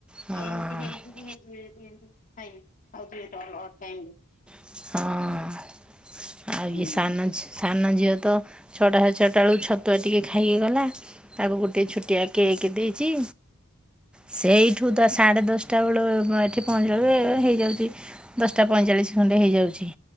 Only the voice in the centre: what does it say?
ହଁ
ହଁ। ଆଉ
ଏ ସାନ ଝି ସାନ ଝିଅ ତ ଛଅଟା ସାଢ଼େ ଛଅଟା ବେଳକୁ ଛତୁଆ ଖାଇକି ଗଲା। ତାକୁ ଗୋଟେ ଛୋଟିଆ କେକ୍ ଦେଇଚି। ସେଇଠୁ ତ ସାଢ଼େ ଦଶଟା ବେଳୁ ଏଠି ପହଞ୍ଚିଲା <unintelligible> ହେଇଯାଉଚି। ଦଶଟା ପଇଁଚାଳିଶ ଖଣ୍ଡେ ହେଇ ଯାଉଚି।